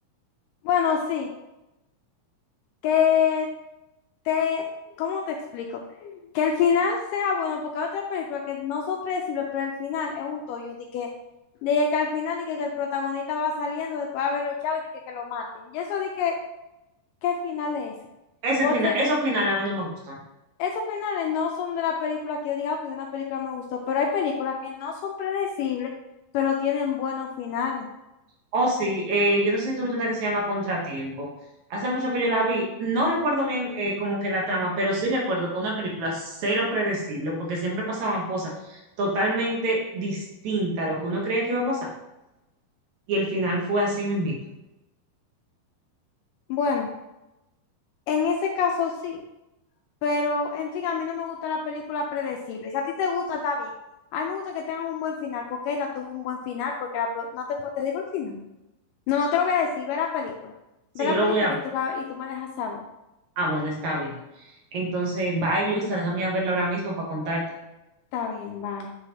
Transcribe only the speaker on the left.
Bueno, sí. Que te, ¿cómo te explico? Que el final sea bueno, porque hay otras películas que no son predecibles, pero el final es un tollo de que, de que al final de que, que el protagonista va saliendo después de haber luchado y de que, que lo maten. Y eso de que, ¿qué final es ese?
Porque
esos finales no son de la película que yo diga que una película me gustó, pero hay películas que no son predecibles, pero tienen buenos finales.
Bueno, en ese caso sí. Pero, en fin, a mí no me gusta la película predecible. Si a ti te gusta, está bien. A mí me gusta que tengan un buen final, porque esta tuvo un buen final, porque la, pro- no te, po- te digo el final. No, no te lo voy a decir, ve la película.
Ve la
película
y tú, la, y tú me dejas saber.
Está bien, bye.